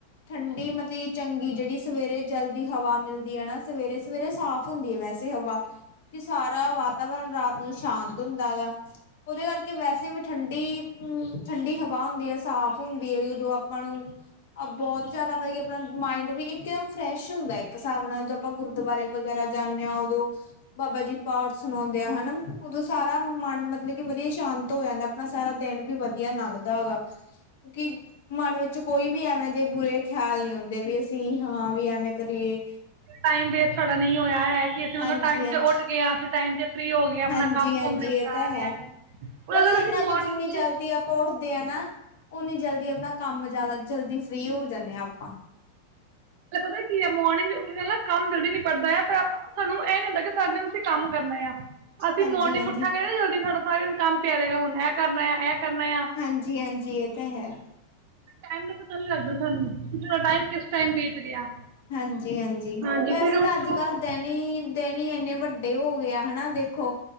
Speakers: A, on the left (about 55°); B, on the right (about 50°).
A: ਠੰਡੀ ਮਤਲਬ 'ੲ ਚੰਗੀ, ਜੇੜੀ ਸਵੇਰੇ ਜਲਦੀ ਹਵਾ ਮਿਲਦੀ ਐ ਨਾ ਸਵੇਰੇ ਸਵੇਰੇ ਸਾਫ਼ ਹੁੰਦੀ ਐ ਵੈਸੇ ਹਵਾ, ਕਿ ਸਾਰਾ ਵਾਤਾਵਰਨ ਰਾਤ ਨੂੰ ਸ਼ਾਂਤ ਹੁੰਦਾ ਗਾ। ਉਦੇ ਕਰਕੇ ਵੈਸੇ ਵੀ ਠੰਡੀ ਠੰਡੀ ਹਵਾ ਹੁੰਦੀ ਐ, ਸਾਫ਼ ਹੁੰਦੀ ਐ, ਜਦੋਂ ਆਪਾਂ ਨੂੰ ਬੋਤ ਜਾਦਾ, ਬਈ ਮਤਲਬ ਕਿ ਆਪਣਾ ਮਾਇੰਡ ਵੀ ਇੱਕਦਮ ਫਰੈਸ਼ ਹੁੰਦਾ, ਇੱਕ ਹਿਸਾਬ ਨਾਲ ਜੋ ਆਪਾਂ ਗੁਰ ਦਵਾਰੇ ਵਗੈਰਾ ਜਾਨੇ ਆਂ, ਔਦੋਂ ਬਾਬਾ ਜੀ ਪਾਠ ਸੁਣਾਉਂਦੇ ਆ ਹਨਾ, ਉਦੋਂ ਸਾਰਾ ਮਨ ਮਤਲਬ ਕਿ, ਵਧੀਆ ਸ਼ਾਂਤ ਹੋ ਜਾਂਦਾ ਐ। ਮ ਸਾਰਾ ਦਿਨ ਵੀ ਵਧੀਆ ਲੰਘਦਾ ਵਾ, ਕਿਉਂਕਿ ਮਨ ਵਿੱਚ ਕੋਈ ਵੀ ਐਵੇਂ ਦੇ ਬੁਰੇ ਖਿਆਲ ਨੀ ਆਉਂਦੇ, ਵੀ ਅਸੀਂ ਹਾਂ ਵੀ ਐਵੇਂ ਕਰੀਏ।
B: ਟਾਈਮ ਵੇਸਟ ਸਾਡਾ ਨਈ ਹੋਇਆ ਹੈ, ਕਿ ਅਸੀਂ ਮਤਲਬ
A: ਹਾਂਜੀ
B: ਟਾਈਮ
A: ਹਾਂਜੀ
B: ਤੇ ਔਠ ਗਏ ਆਂ ਫਿਰ ਟਾਈਮ ਤੇ ਫਰੀ ਹੋ ਗੇ ਆ, ਆਪਣਾ
A: ਹਾਂਜੀ
B: ਕੰਮ
A: ਹਾਂਜੀ
B: ਕੁੱਮ ਨਿਪਟਾ
A: ਇਹ ਤਾਂ
B: ਲੇਆ
A: ਹੈ
B: ਐ,
A: ਬਸ
B: ਅਗਰ
A: ਇੰਨਾ
B: ਅਸੀ ਮੋਰਨਿੰਗ
A: ਕਿ ਜਿੰਨੀ
B: 'ਚ
A: ਜਲਦੀ ਆਪਾਂ ਉੱਠਦੇ ਆ ਨਾ, ਓਨੀ ਜਲਦੀ ਆਪਣਾ ਕੰਮ ਜਾਦਾ ਜਲਦੀ ਫਰੀ ਹੋ ਜਾਂਨੇ ਆਂ ਆਪਾਂ।
B: ਤੇ ਪਤਾ ਕੀ ਐ, ਮੋਰਨਿੰਗ 'ਚ ਉੱਠਣ ਨਾਲ ਨਾ ਕੰਮ ਜਲਦੀ ਨੀਪਟਦਾ ਹੈ, ਪਰ ਆਪਾਂ ਸਾਨੂੰ ਐ ਨੀ ਹੁੰਦਾ ਕਿ ਸਾਰਾ ਦਿਨ ਕੰਮ ਕਰਨਾ ਆ, ਅਸੀਂ
A: ਹਾਂਜੀ
B: ਮੋਰਨਿੰਗ
A: ਹਾਂਜੀ
B: ਉੱਠਾਂਗੇ ਨਾ ਜਲਦੀ ਸਾਡਾ ਸਾਰ ਦਿਨ ਕੰਮ ਪਿਆ ਰੇਗਾ, ਹੁਣ ਐ ਕਰਨਾ ਆ, ਐ ਕਰਨਾ ਯਾਂ।
A: ਹਾਂਜੀ-ਹਾਂਜੀ, ਐ ਤਾਂ ਹੈ।
B: ਟੈਮ ਦਾ ਪਤਾ ਨੀ ਲੱਗਦਾ ਤਾਨੂੰ, ਤਾਡਾ ਟੈਮ ਕਿਸ ਟਾਈਮ ਬਿਤ ਗਿਆ।
A: ਹਾਂਜੀ-ਹਾਂਜੀ,
B: ਹਾਂਜੀ
A: ਵੈਸੇ
B: ਫਿਰ ਉੱਠੋ
A: ਤਾਂ ਅੱਜ-ਕੱਲ੍ਹ ਦੈਣੀ, ਦੈਣੀ ਇੰਨੇ ਵੱਡੇ ਹੋ ਗਏ ਆ ਹਨਾ, ਦੇਖੋ।